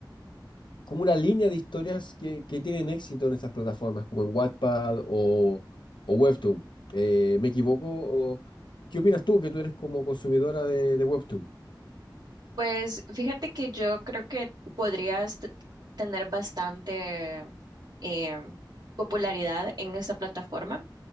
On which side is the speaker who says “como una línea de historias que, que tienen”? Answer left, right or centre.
Left